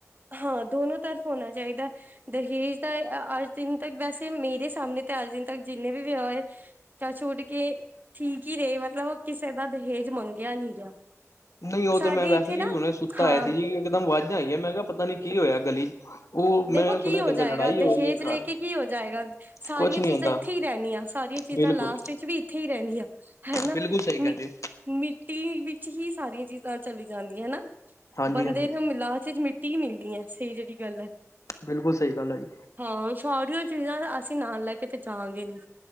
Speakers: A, on the right; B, on the left.
A: ਹਾਂ, ਦੋਨੋ ਤਰਫ਼ ਹੋਣਾ ਚਾਹੀਦਾ। ਦਹੇਜ ਦਾ ਅੱਜ ਦਿਨ ਤੱਕ, ਵੈਸ ਤੇ ਮੇਰੇ ਸਾਮਣੇ, ਤੇ ਅੱਜ ਦਿਨ ਤੱਕ ਜਿਨੇ ਵੀ ਵਿਆਹ ਹੋਏ ਟਚਵੁੱਡ ਕੇ ਠੀਕ ਈ ਰਹੇ, ਮਤਲਬ ਓ ਕਿਸੇ ਦਾ ਦਹੇਜ ਮੰਗਿਆ ਨੀ ਗਿਆ।
B: ਨਈ, ਓਤੇ
A: ਸਾਡੇ
B: ਮੈਂ ਵੈਸੇ
A: ਇੱਥੇ ਨਾ
B: ਵੀ ਹੁਨੇ ਸੁੱਤਾ
A: ਹਾਂ
B: ਹੋਇਆ ਸੀ ਜੀ। ਇਕਦਮ ਵਾਜਾਂ ਆਈਆ, ਮੈਂ ਕਿਹਾ ਪਤਾ ਨੀ ਕੀ ਹੋਇਆ ਗਲੀ 'ਚ। ਉਹ
A: ਦੇਖੋ,
B: ਮੈਂ ਸੁਣਿਆ
A: ਕੀ ਹੋ
B: ਕਹਿੰਦੇ
A: ਜਾਏਗਾ?
B: ਲੜਾਈ
A: ਦਹੇਜ
B: ਹੋ ਰਹੀ ਹੈ
A: ਲੈ
B: ਘਰ
A: ਕੇ ਕੀ ਹੋ ਜਾਏਗਾ? ਸਾਰੀਆਂ
B: ਕੁਛ ਨੀ
A: ਚੀਜ਼ਾਂ
B: ਹੁੰਦਾ
A: ਏਥੇ ਈ ਰੈਣੀਆ। ਸਾਰੀਆਂ ਚੀਜ਼ਾਂ
B: ਬਿਲਕੁਲ।
A: ਲਾਸਟ ਵਿੱਚ ਵੀ ਏਥੇ ਹੀ ਰੈਦੀਆਂ ਹੈਨਾ
B: ਬਿਲਕੁਲ ਸਹੀ ਕਹਿ
A: ਮ
B: ਰਹੇ ਹੋ
A: ਮਿੱਟੀ ਵਿੱਚ ਹੀ ਸਾਰੀਆਂ ਚੀਜ਼ਾਂ ਚਲੀ ਜਾਂਦੀਆਂ, ਹੈਨਾ
B: ਹਾਂਜੀ
A: ਬੰਦੇ
B: ਹਾਂਜੀ
A: ਨੂੰ ਮਿਲਾਸ ਚ ਮਿੱਟੀ ਮਿੱਟੀ ਮਿਲਦੀ ਐ ਸਈ ਜੇੜੀ ਗੱਲ ਐ।
B: ਬਿਲਕੁਲ, ਸਹੀ ਗੱਲ ਐ ਜੀ।
A: ਹਾਂ, ਸਾਰੀਆਂ ਚੀਜ਼ਾਂ ਅਸੀਂ ਨਾਲ ਲੈ ਕੇ ਤੇ ਜਾਵਾਂਗੇ ਨੀ